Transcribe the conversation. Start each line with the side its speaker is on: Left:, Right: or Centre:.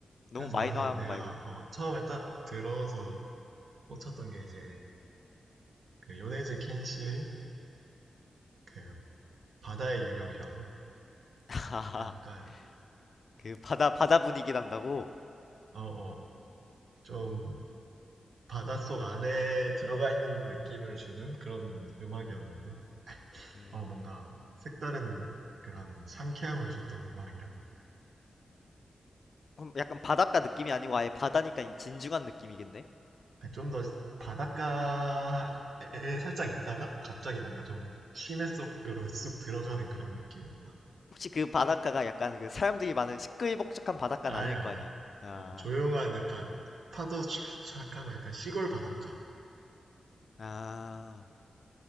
Left: 너무
Right: 그래서
Left: 마이너한
Right: 나는 내가
Left: 거 말고.
Right: 어, 처음에 딱 들어서 꽂혔던 게 이제 그 요네즈 켄시의 그 바다의 유령이라고
Left: <laughs>
Right: 약간
Left: 그 바다 바다 분위기 난다고.
Right: 어어 좀 바닷속 안에 들어가 있는 느낌을 주는 그런 음악이었는데
Left: 음.
Right: 어 뭔가 색다른 그런 상쾌함을 줬던 음악이라
Left: 그럼 약간 바닷가 느낌이 아니고 아예 바다니까 이 진중한 느낌이겠네?
Right: 좀 더 바닷가에 살짝 있다가 갑자기 뭔가 좀 심해 속으로 쑥 들어가는 그런 느낌의 음악
Left: 혹시 그 바닷가가 약간 그 사람들이 많은 시끌벅적한 바닷가는
Right: 아니야
Left: 아닐 거
Right: 아니야
Left: 아니야? 야,
Right: 어 조용한 약간 파도 촥촥하고 약간 시골 바닷가
Left: 아,